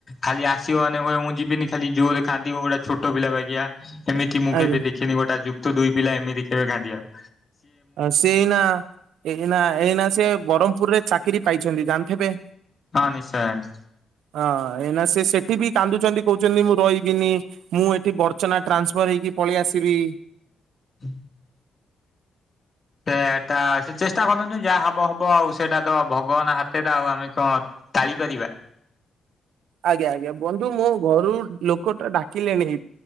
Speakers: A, on the left (about 40°); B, on the right (about 80°).
A: ଖାଲି ଆସିବ ମାନେ କ ମୁଁ ଯିବିନି ଖାଲି ଜୋରରେ କାନ୍ଦିବ ଗୋଟେ ଛୋଟ ପିଲା ବା ଗିଆ। ଏମିତି ମୁଁ
B: ଆଜ୍ଞା
A: କେବେ ଦେଖିନି ଗୋଟେ ଯୁକ୍ତ ଦୁଇ ପିଲା ଏମିତି କେବେ କାନ୍ଦିବାର।
B: ସେ ଏଇନା ଏଇନା ଏଇନା ସେ ବରମ୍ପୁରରେ ଚାକିରି ପାଇଛନ୍ତି ଜାଣିଥିବେ?
A: ହଁ ନିଶ୍ଚୟ।
B: ହଁ ଏଇନା ସେ ସେଠି ବି କାନ୍ଦୁଛନ୍ତି କହୁଛନ୍ତି ମୁଁ ରହିବିନି ମୁଁ ଏଠି ବର୍ଚ୍ଚନା ଟ୍ରାନ୍ସଫର ହେଇକି ପଳେଇ ଆସିବି।
A: ହୁଁ ସେଟା ସେ ଚେଷ୍ଟା କରନ୍ତୁ ଯାହା ହବ ହବ ଆଉ ସେଇଟା ତ ଭଗବାନ ହାତରେ ଆଉ ଆମେ କଣ। ଟାଳିପାରିବା
B: ଆଜ୍ଞା ଆଜ୍ଞା ବନ୍ଧୁ ମୁଁ ଘରୁ ଲୋକଟା ଡାକିଲେଣିି